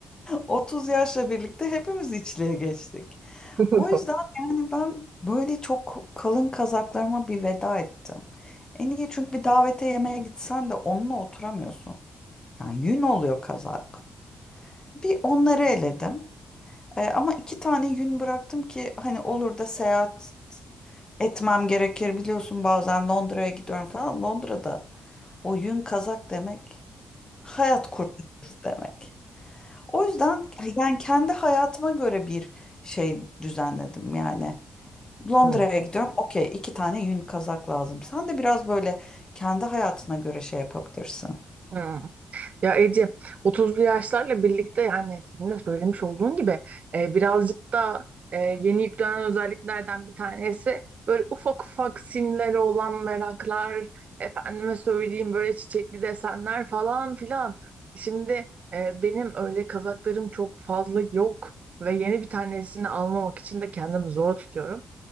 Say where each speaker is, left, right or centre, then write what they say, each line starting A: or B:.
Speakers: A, on the left; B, on the right.
A: 30 yaşla birlikte hepimiz içliğe geçtik.
B: <laughs>
A: O yüzden
B: Doğru.
A: yani ben böyle çok kalın kazaklarıma bir veda ettim. En iyi çünkü bir davete yemeğe gitsen de onunla oturamıyorsun. Yani yün oluyor kazak. Bir onları eledim. E, ama iki tane yün bıraktım ki hani olur da seyahat etmem gerekir. Biliyorsun bazen Londra'ya gidiyorum falan. Londra'da o yün kazak demek Hayat kurtarıcısı demek. O yüzden yani kendi hayatıma göre bir şey düzenledim yani. Londra'ya
B: Hmm.
A: gidiyorum. Okey, iki tane yün kazak lazım. Sen de biraz böyle kendi hayatına göre şey yapabilirsin.
B: Hmm. Ya Ece, 30'lu yaşlarla birlikte yani senin de söylemiş olduğun gibi e, birazcık da e, yeni yüklenen özelliklerden bir tanesi böyle ufak ufak simleri olan meraklar, efendime söyleyeyim böyle çiçekli desenler falan filan. Şimdi e, benim öyle kazaklarım çok fazla yok ve yeni bir tanesini almamak için de kendimi zor tutuyorum.